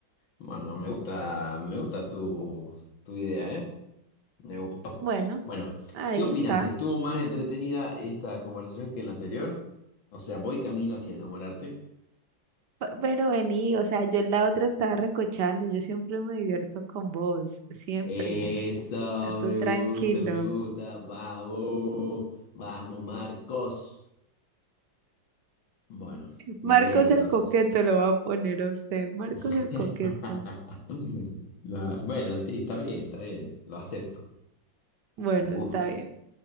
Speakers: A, on the left; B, on the right.
A: Bueno, me gusta, me gusta tu, tu idea, ¿eh? Me gustó.
B: Bueno,
A: Bueno,
B: ahí
A: ¿qué opinas?
B: está.
A: ¿Estuvo más entretenida esta conversación que la anterior? O sea, voy camino hacia enamorarte.
B: P- Pero vení, o sea, yo en la otra estaba recochando, yo siempre me divierto con vos, siempre.
A: Eso,
B: A tú
A: me
B: tranquilo.
A: gusta, me gusta. Vamos, vamos, Marcos. Bueno, me
B: Marcos
A: alegro entonces.
B: el coqueto lo va a poner a usted. Marcos
A: <laughs>
B: el coqueto.
A: No, bueno, sí, está bien, está bien, lo acepto.
B: Bueno,
A: Me gusta.
B: está bien.